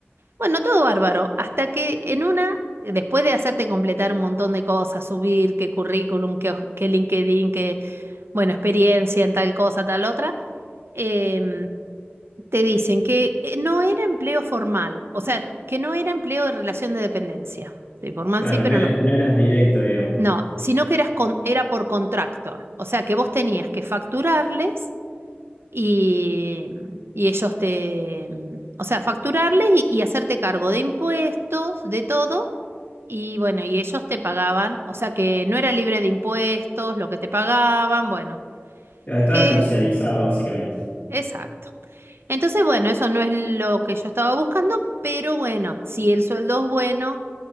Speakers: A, on the right (about 70°); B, on the left (about 45°).
A: Bueno, todo bárbaro, hasta que en una, después de hacerte completar un montón de cosas, subir qué currículum, qué, hoj- qué LinkedIn, qué, bueno, experiencia en tal cosa, tal otra, em, te dicen que eh, no era empleo formal, o sea, que no era empleo de relación de dependencia. Sí, formal
B: Claro,
A: sí, pero
B: no era,
A: no.
B: no eras directo, digamos.
A: No, sino que eras con- era por contractor, o sea, que vos tenías que facturarles y, y ellos te, mm, o sea, facturarles y, y hacerte cargo de impuestos, de todo. Y bueno, y ellos te pagaban, o sea que no era libre de impuestos, lo que te pagaban, bueno,
B: Claro, estabas
A: que
B: terciarizado, básicamente.
A: exacto. Entonces, bueno, eso no es lo que yo estaba buscando, pero bueno, si el sueldo es bueno,